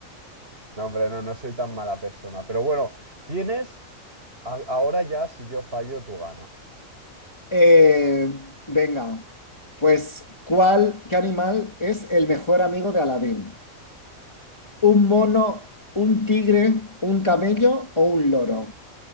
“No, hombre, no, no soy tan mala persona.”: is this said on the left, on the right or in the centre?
Right